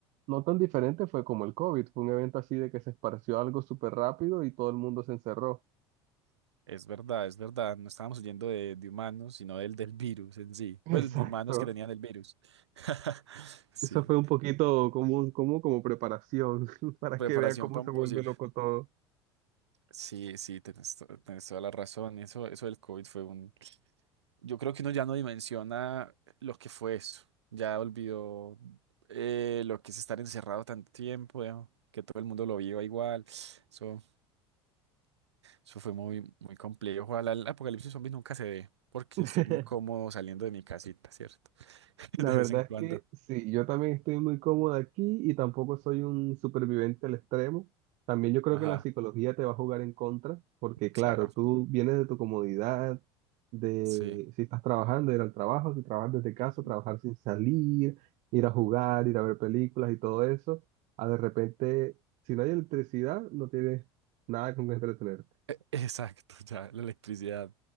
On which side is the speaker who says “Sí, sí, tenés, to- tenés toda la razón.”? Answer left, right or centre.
Right